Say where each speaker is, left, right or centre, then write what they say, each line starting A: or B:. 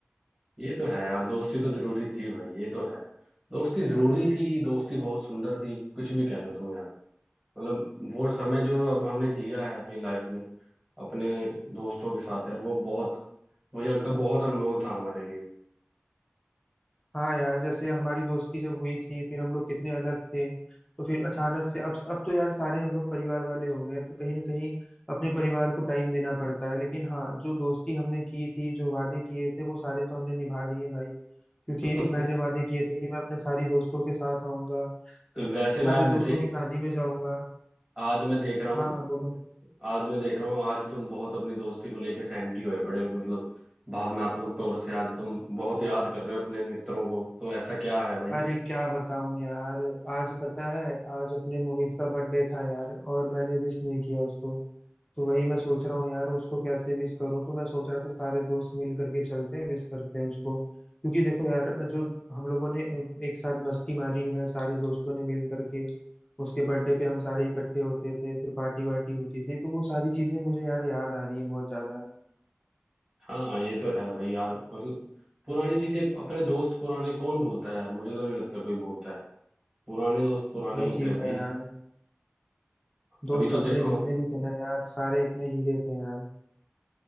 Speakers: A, on the right; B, on the left.
A: ये तो है यार दोस्ती तो जरूरी थी भाई ये तो है दोस्ती जरूरी थी दोस्ती बहुत सुंदर थी कुछ भी कह लो तुम यार मतलब वो समय जो अब हमने जिया है अपनी लाइफ में अपने दोस्तों के साथ यार वो बहुत मुझे लगता है बहुत अनमोल था हमारे लिए
B: हाँ यार जैसे हमारी दोस्ती जब हुई थी फिर हम लोग कितने अलग थे तो फिर अचानक से अब अब तो यार सारे हम लोग परिवार वाले हो गए तो कहीं ना कहीं अपने परिवार को टाइम देना पड़ता है लेकिन हाँ जो दोस्ती हमने की थी जो वादे किए थे वो सारे तो हमने निभा लिए भाई क्योंकि
A: <laughs>
B: मैंने वादे किए थे कि मैं अपने सारी दोस्तों के साथ आऊंगा
A: तो वैसे मैं
B: सारे
A: आज
B: दोस्तों
A: दे,
B: की शादी में जाऊंगा
A: आज मैं देख रहा हूँ
B: हाँ हाँ बोलो
A: आज मैं देख रहा हूँ आज तुम बहुत अपनी दोस्ती को लेके सैंटी होए पड़े हो मतलब भावनात्मक तौर से आज तुम बहुत याद कर रहे हो अपने मित्रों को तो ऐसा क्या है भाई
B: अरे क्या बताऊं यार आज पता है आज अपने मोहित का बर्थडे था यार और मैंने विश नहीं किया उसको तो वही मैं सोच रहा हूँ यार उसको कैसे विश करूँ तो मैं सोच रहा था सारे दोस्त मिल करके चलते हैं विश करते हैं उसको क्योंकि देखो यार जो हम लोगों ने एक साथ मस्ती मारी है सारे दोस्तों ने मिल करके उसके बर्थडे पे हम सारे इकट्ठे होते थे फिर पार्टी वार्टी होती थी तो वो सारी चीजें मुझे यार याद आ रही है बहुत ज्यादा
A: हाँ ये तो है भाई यार मतलब पुरानी चीजें अपने दोस्त पुराने कौन भूलता है यार मुझे तो नहीं लगता कोई भूलता है पुराने दोस्त पुराने
B: वही
A: ही होते
B: चीज
A: हैं भाई
B: है यार दोस्त
A: अभी तो
B: अपने
A: देखो
B: जितने भी थे ना यार सारे अपने हीरे थे यार